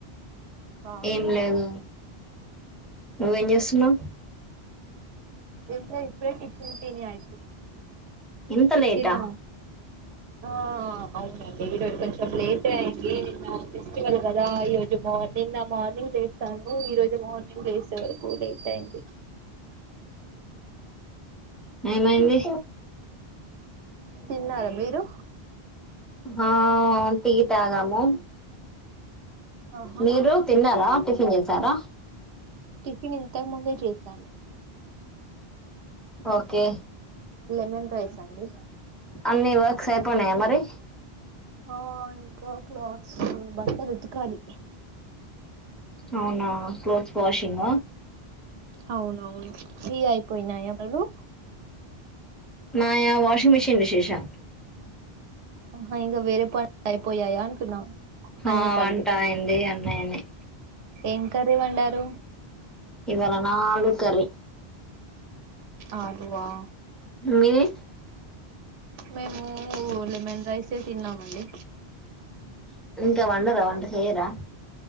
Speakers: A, on the right; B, in the centre.
A: బాగున్నావా
B: ఏం లేదు నువ్వేం చేస్తున్నవు
A: ఏంలేదు ఇప్పుడే టిఫిన్ తీని ఆయిపో ఇ
B: ఇంత లేటా
A: తిన్నావ ఆ అవునండి ఈరోజు కొంచెం లేటే అయింది నా ఫెస్టివల్ కదా ఈ రోజు మార్నింగ్ నా మార్నింగ్ వస్తాము ఈ రోజు మార్నింగ్ లేసే వరకు లేట్ అయింది
B: ఏమైంది
A: తిన్నారా మీరు
B: ఆ టి తగాము
A: ఆహా
B: మీరు తిన్నారా టఫ్ తినేసారా
A: టిఫిన్ ఇంతకుముందే చేసాను
B: ఓకే
A: లమెన్ రైస్ అండి
B: అన్ని వర్క్స్ అయిపోనాయా మరి
A: ఆ ఇంకా క్లాత్స్ బట్టలుతకలి
B: అవునా క్లోత్స్ వాషింగ
A: అవునవును ఫ్రీ అయిపోయినా మీరు
B: మాయా వాషింగ్ మిషన్ శేషా
A: ఆ ఇంగా వేరే పన్ అయిపోయాయా అంటున్నా అన్నిపనులు
B: ఆ వంట అయింది అన్ని అయినాయి
A: ఏం కర్రి వండరు
B: ఇవాళ నాలుగు కర్రీ
A: అలువా
B: మీది
A: మేము లెమన్ రైసే తిన్నామండి
B: ఇగ వండర వంట చేయరా